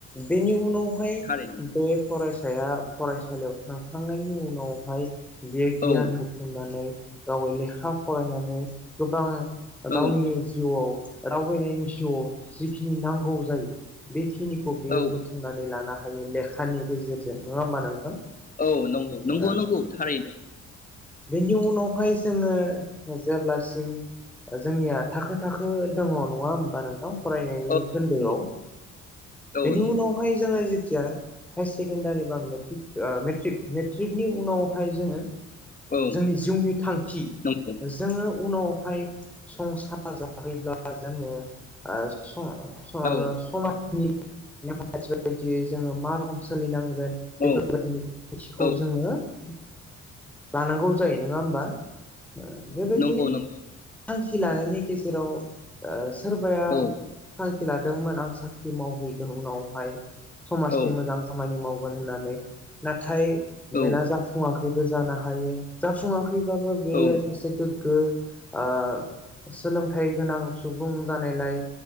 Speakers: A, in the centre; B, on the left.
A: बेनि उनाव हाय
B: थारैनो
A: बे फरायसाया फरायसालियाव थांखांनायनि उनावहाय बे गियान
B: औ
A: बुथुमनानै गावै लेखा फरायनानै गोबां गावनि
B: औ
A: जिउआव रावबाहायनायनि जिउआव जिखिनि नांगौ जायो बे खिनिखौ बेयो
B: औ
A: बुथुमनानै लानो हायो लेखानि गेजेरजों नङा होमबा नोंथां?
B: औ नंगौ नंगौ
A: ओ
B: नंगौ थारैनो।
A: बेनि उनावहाय जोङो जेब्लासिम जोंनिया थाखो थाखो दङ नङा होमबा नोंथां? फरायनायनि
B: औ
A: खोन्दोआव
B: औ
A: बेनि
B: नंगौ
A: उनावहाय जोङो जि थिया। हायार सेकेण्डारि बा मेट्रिक ओ मेट्रिक मेट्रिकनि उनावहाय जोङो। जोंनि
B: औ
A: जिउनि थांखि
B: नंगौ
A: जोङो उनावहाय। संसार जाहैब्ला जोङो ओ सं सा
B: औ
A: समाज नि <unintelligible> जोङो मा रखम। सोलिनां गोन बेफोरबायदिनि
B: औ
A: थिखौ
B: औ
A: जोङो। ओ लानांगौ जायो नङा होमबा? ओ बेबायदि
B: नंगौ नों
A: थांखि लानायनि गेजेराव ओह। सोरबाया
B: औ
A: थां खि लादोंमोन आं साख्रि मावहैगोन उनावहाय। समाजनि
B: औ
A: मोजां मावगोन होननानै नाथाय
B: औ
A: बेना जाफुंआ खैबो जानो हायो जाफुङा खैबाबो बेयो
B: औ
A: सासे गो गो ओ सोलोंथाइ गोनां सुबुं जानायलाय